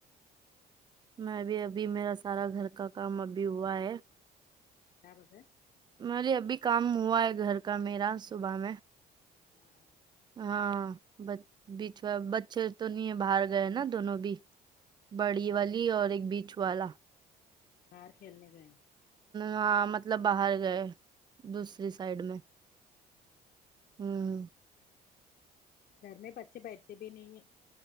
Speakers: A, on the right; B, on the left.
A: میں ابھی ابھی میرا سارا گھر کا کام ابھی ہوا ہے
B: کیا بولے
A: مے ابھی بولی کام ہوا ہے گھر کا میرا صبح میں
B: ہاں
A: ہاں بیچ بچے تو نہیں ہے باہر گئے ہے نا دونوں بھی
B: اچھا
A: بڑی والی اور ایک بیچ والا
B: باہر کھیلنے گئے
A: ہاں مطلب باہر گئے دوسری
B: اچھا
A: سائڈ میں
B: ہاں ہاں
A: ھممم
B: گھر میں بچے بیٹھتے بھی نہیں ہیں